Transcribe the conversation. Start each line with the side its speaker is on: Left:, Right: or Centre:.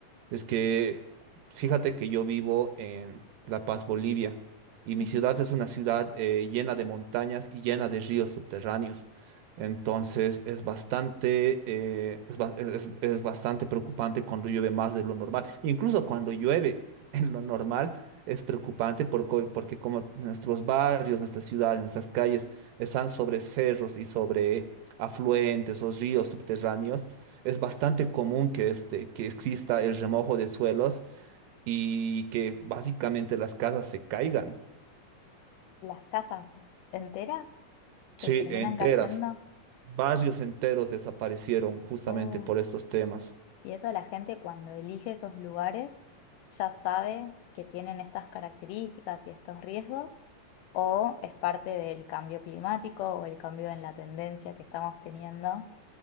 Right: Es que fíjate que yo vivo en La Paz, Bolivia, y mi
Left: Ujú.
Right: ciudad es una ciudad eh, llena de montañas y llena de ríos subterráneos. Entonces es bastante, eh, es, ba- es- es bastante preocupante cuando llueve más de lo normal. Incluso cuando llueve, en lo normal es preocupante por co- porque como nuestros barrios, nuestras ciudades, nuestras calles están sobre cerros y sobre afluentes o ríos subterráneos, es bastante común que, este, que exista el remojo de suelos y que básicamente las casas se caigan.
Left: Las casas enteras se
Right: Sí,
Left: terminan
Right: enteras.
Left: cayendo.
Right: Barrios enteros desaparecieron justamente
Left: Oh.
Right: por estos temas.
Left: Y eso la gente cuando elige esos lugares ya sabe que tienen estas características y estos riesgos o es parte del cambio climático o el cambio en la tendencia que estamos teniendo